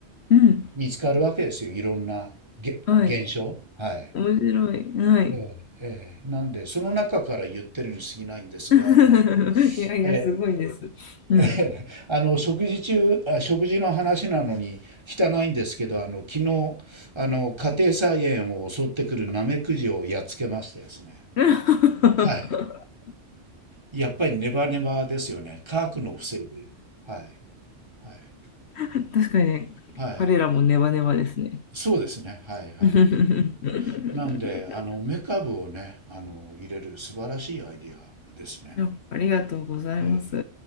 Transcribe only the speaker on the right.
見つかるわけですよ。いろんなげ、
現象。はい。
ええ、ええ、なんで、その中から言ってるに過ぎないんですが、
あの、
ええ、
ええあの、食事中、あ、食事の話なのに汚いんですけど、あの、昨日、あの、家庭菜園を襲ってくるナメクジをやっつけましてですね。
はい。やっぱりネバネバですよね。乾くのを防いでいる。はい。はい。
はい。
そうですね。はい。はい。
なんで、あの、梅かぶをね、あの、入れる素晴らしいアイディアですね。
ええ。